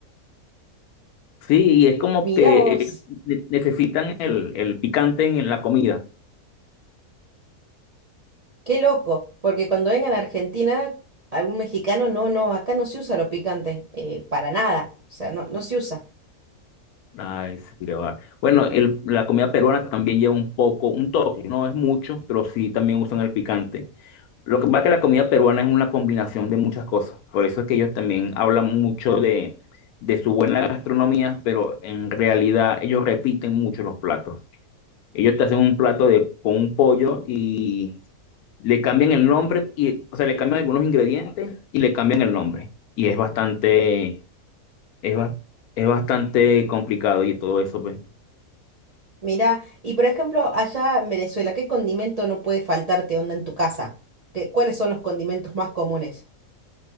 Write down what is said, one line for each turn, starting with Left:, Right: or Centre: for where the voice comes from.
Left: Sí, y es como
Right: Mirá
Left: que
Right: vos,
Left: ellos ne- necesitan el, el picante en la comida.
Right: qué loco, porque cuando vengan a Argentina, algún mexicano, no, no, acá no se usa lo picante, eh, para nada, o sea, no, no se usa.
Left: Ay, sí, qué va. Bueno, el- la comida peruana también lleva un poco, un toque, no es mucho, pero sí también usan el picante. Lo que pasa es que la comida peruana es una combinación de muchas cosas. Por eso es que ellos también hablan mucho de, de su buena gastronomía, pero en realidad ellos repiten mucho los platos. Ellos te hacen un plato de, con un pollo y le cambian el nombre, y, o sea, le cambian algunos ingredientes y le cambian el nombre. Y es bastante, es, bas- es bastante complicado y todo eso, pues.
Right: Mirá, y por ejemplo, allá en Venezuela, ¿qué condimento no puede faltarte onda en tu casa? ¿Qué- cuáles son los condimentos más comunes?